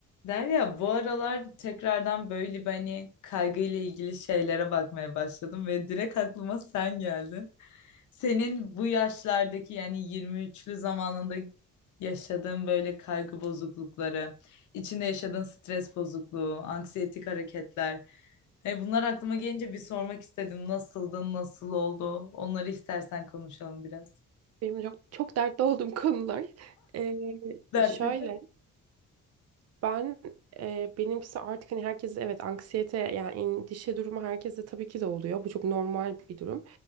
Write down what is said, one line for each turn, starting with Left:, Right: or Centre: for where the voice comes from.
Left: Derya, bu aralar tekrardan böyle bir hani kaygıyla ilgili şeylere bakmaya başladım ve direkt aklıma sen geldin. Senin bu yaşlardaki yani 23'lü zamanında yaşadığın böyle kaygı bozuklukları, içinde yaşadığın stres bozukluğu, anksiyetik hareketler. E bunlar aklıma gelince bir sormak istedim. Nasıldı, nasıl oldu? Onları istersen konuşalım biraz.
Right: Benim çok, çok dertli olduğum <laughs> konular. Ee,
Left: Dertli.
Right: şöyle, ben e, benimkisi artık hani herkes evet anksiyete yani endişe durumu herkeste tabii ki de oluyor. Bu çok normal bir durum.